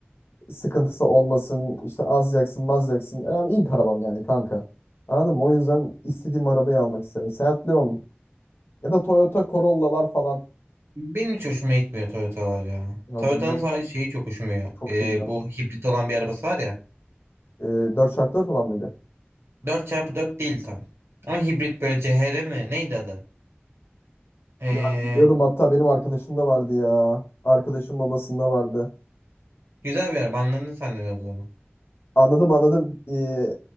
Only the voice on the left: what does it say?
sıkıntısı olmasın işte az yaksın maz yaksın. Önemli ilk arabam yani kanka. Anladın mı? O yüzden istediğim arabayı almak isterim. Seat Leon ya da Toyota Corolla'lar falan.
Ya
bunlar
çok
iyi ya.
E, 4x4 falan mıydı?
Ya biliyordum hatta benim arkadaşım da vardı ya. Arkadaşım babasında vardı.
Anladım anladım. E,